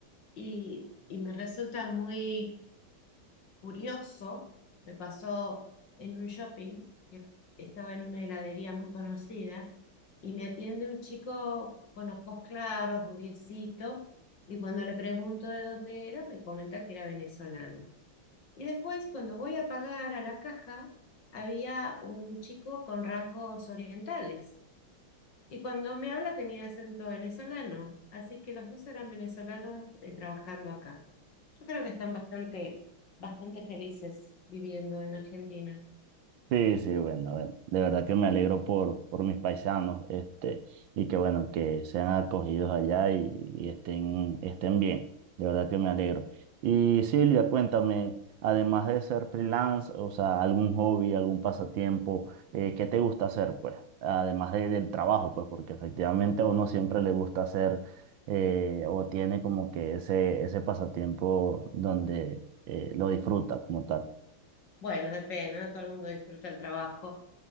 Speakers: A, on the left; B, on the right.
A: y, y me resulta muy curioso. Me pasó en un shopping, que estaba en una heladería muy conocida, y me atiende un chico con los ojos claros, rubiecito, y cuando le pregunto de dónde era, me comenta que era venezolano. Y después, cuando voy a pagar a la caja, había un chico con rasgos orientales. Y cuando me habla tenía acento venezolano. Así que los dos eran venezolanos eh, trabajando acá. Yo creo que están bastante, bastante felices viviendo en Argentina.
B: Sí, sí, bueno, bueno, de verdad que me alegro por, por mis paisanos, este, y que bueno, que sean acogidos allá y, y estén, estén bien, de verdad que me alegro. Y Silvia, cuéntame, además de ser freelance, o sea, algún hobby, algún pasatiempo, eh, ¿qué te gusta hacer, pues? Además de- del trabajo, pues, porque efectivamente a uno siempre le gusta hacer, eh, o tiene como que ese, ese pasatiempo donde eh, lo disfruta como tal.
A: Bueno, depende, no todo el mundo disfruta el trabajo.